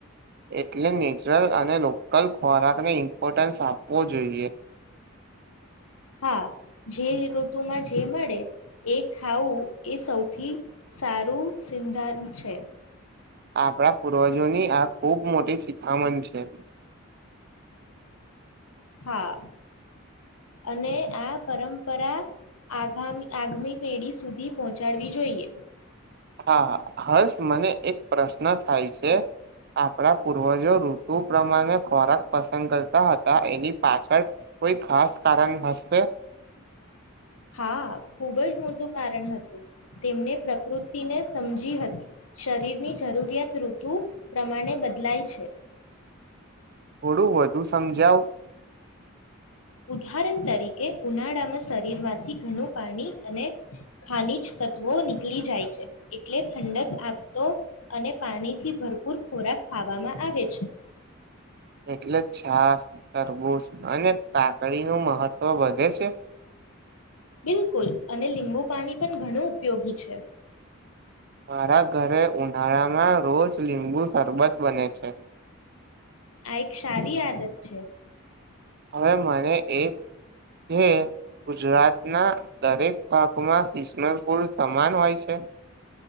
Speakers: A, on the right; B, on the left.
A: એટલે નેચરલ, અને લોકલ ખોરાકને ઇમ્પોર્ટન્સ આપવો જોઈએ.
B: હા, જે ઋતુમાં જે, મળે એ ખાવું એ સૌથી સારું સિદ્ધાંત છે.
A: આપણા પૂર્વજોની, આ ખૂબ મોટી શિખામણ છે.
B: હા, અને આ પરંપરા આગામી આગામી પેઢી સુધી પહોંચાડવી જોઈએ.
A: હા, હર્ષ મને એક પ્રશ્ન થાય છે, આપણા પૂર્વજો ઋતુ પ્રમાણે ખોરાક પસંદ કરતા હતા, એની પાછળ કોઈ ખાસ કારણ હશે.
B: હા, ખૂબજ મોટું કારણ હતું, તેમને પ્રકૃતિને સમજી હતી, શરીરની જરૂરિયાત ઋતુ પ્રમાણે બદલાય છે.
A: હોડું <unintelligible> તું સમજાાવ.
B: ઉદાહરણ તરીકે ઉનાળામાં શરીરમાંથી ઘણું પાણી અને ખનીજ તત્વો નીકળી જાય છે, એટલે ઠંડક આવતો અને પાણીથી ભરપૂર ખોરાક ખાવામાં આવે છે.
A: એટલે છાસ તરબૂશ, અને કાકડીનું મહત્વ વધે છે.
B: બિલકુલ, અને લીંબુ પાણી પણ ઘણું ઉપયોગી છે.
A: મારા ઘરે ઉનાળામાં રોજ લીંબુ, શરબત બને છે.
B: આ એક સારી આદત છે.
A: હવે મને એક છે ગુજરાતના દરેક ભાગમાં સિશમ ફૂલ સમાન હોય છે.